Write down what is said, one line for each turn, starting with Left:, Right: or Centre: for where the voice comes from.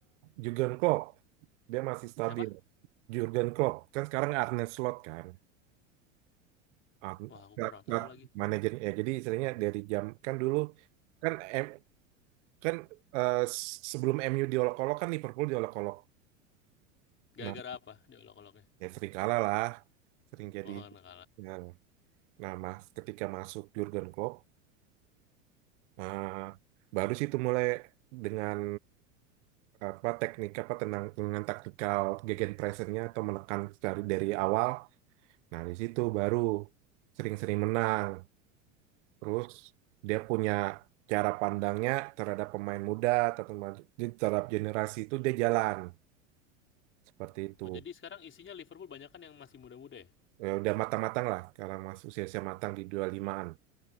Right: Jurgen Klopp dia masih stabil.
Left: Siapa?
Right: Jurgen Klopp kan sekarang Arne Slot kan. Ar-
Left: Wah, aku kurang
Right: Ar-
Left: tahu
Right: Ar-
Left: lagi.
Right: manajernya ya jadi istilahnya dari jam kan dulu kan M, kan eh, s- sebelum MU diolok-olok kan Liverpool diolok-olok Nah,
Left: Gara-gara apa diolok-oloknya?
Right: ya sering kalah lah, sering jadi.
Left: Oh, anak
Right: ya. Nah, mas, ketika masuk Jurgen Klopp, eh, baru sih itu mulai dengan apa teknik apa tenang dengan taktikal gegenpressingnya atau menekan dari dari awal. Nah, di situ baru sering-sering menang. Terus dia punya cara pandangnya terhadap pemain muda atau pemain- jadi terhadap generasi itu dia jalan seperti itu.
Left: Oh, jadi sekarang isinya Liverpool banyak kan yang masih muda-muda ya?
Right: Ya, udah matang-matang lah, sekarang masuk usia-usia matang di 25-an